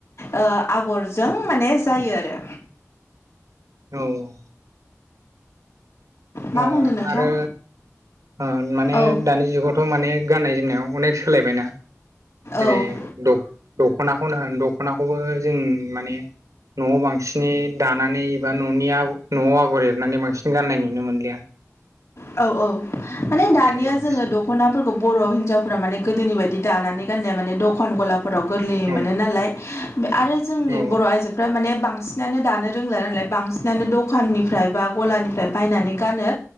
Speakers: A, on the left; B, on the right.
A: ओ आगरजों माने जायो आरो‌।
B: औ
A: मा
B: अ'
A: बुंदों नोंथां
B: आरो ओ माने
A: औ
B: दानि जुगावथ' माने गाननाय जोमनायाव अनेक सोलायबायना। जेरै
A: औ
B: दख-दख'नाखौनो होन दख'नाखौबो जों माने न'आव बांसिनै दानानै एबा न'नि आग न'आव आगर एरनानै बांसिन गाननाय नुनो मोनलिया।
A: औ औ माने दानिया
B: औ बांसिन
A: जोङो दख'नाफोरखौ बर' हिन्जावफोरा माने गोदोनि बायदि दानानै गानलिया‌। माने दखान गलाफोराव गोरलैय
B: औ
A: मोनो नालाय। बो आरो जोंनि
B: औ
A: बर' आइजोफ्रा माने बांसिनानो दानो रोंला नालाय। बांसिन दानो दखाननिफ्राय बा गलानिफ्राय बायनानै गानो।